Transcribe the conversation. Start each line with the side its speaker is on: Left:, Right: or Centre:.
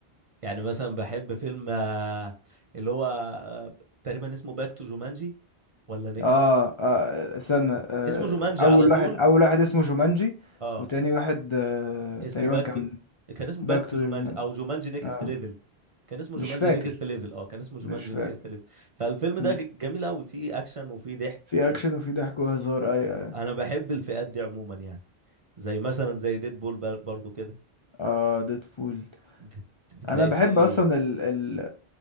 Right: يعني مثلا بحب فيلم آه، اللي هو آه، تقريبا اسمه باك تو جومانجي ولا نيكست
Left: اه, آه استنى آه
Right: اسمه جومانجي
Left: اول
Right: على طول
Left: واحد اول واحد اسمه جومانجي
Right: اه
Left: وتاني واحد آه
Right: اسمه
Left: تقريبا
Right: باك
Left: كان
Right: تو كان اسمه
Left: باك
Right: باك تو
Left: تو
Right: جومانجي
Left: جومانجي،
Right: او جومانجي نيكست
Left: اه
Right: ليفل كان اسمه جومانجي
Left: مش فاكر
Right: نيكست ليفل اه كان اسمه جومانجي
Left: مش فاكر
Right: نيكست ليفل فالفيلم
Left: مم.
Right: ده ج- جميل قوي فيه اكشن وفيه ضحك
Left: في
Right: و...
Left: اكشن وفي ضحك وهزار اي اه,
Right: انا بحب الفئات دي عموما يعني زي مثلا زي ديد بول برضو كده
Left: آه ديدبول
Right: بت- بتلاقي
Left: انا بحب
Right: فيه
Left: اصلا ال ال